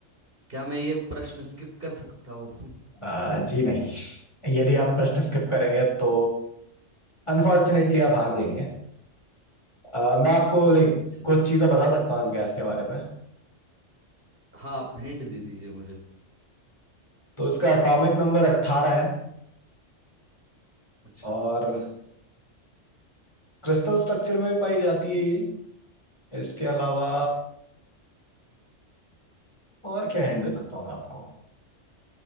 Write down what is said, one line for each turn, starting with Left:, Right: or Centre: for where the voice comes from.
Right: क्या मैं ये प्रश्न स्किप कर सकता हूँ
Left: आ, जी नहीं यदि आप प्रश्न स्किप करेंगे तो अनफॉर्चुनेटली आप हार जाएंगे आ, मैं आपको लाइक
Right: अच्छा
Left: कुछ चीजें बता सकता हूँ इस गैस के बारे में
Right: हाँ आप हिंट दे दीजिए मुझे
Left: तो इसका एटॉमिक नंबर 18 है
Right: अच्छा
Left: और क्रिस्टल स्ट्रक्चर में भी पाई जाती है ये इसके अलावा और क्या हिंट दे सकता हूँ मैं आपको